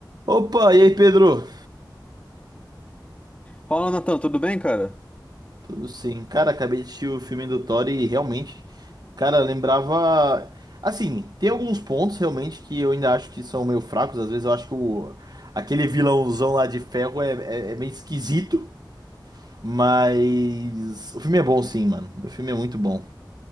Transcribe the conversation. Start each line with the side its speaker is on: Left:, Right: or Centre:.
Right: Opa, e aí, Pedro?
Left: Fala, Natan, tudo bem, cara?
Right: Tudo sim. Cara, acabei de assistir o filme do Thor e realmente, cara, lembrava. Assim, tem alguns pontos realmente que eu ainda acho que são meio fracos. Às vezes eu acho que o... aquele vilãozão lá de ferro é, é- é meio esquisito. Mas o filme é bom sim, mano. O filme é muito bom.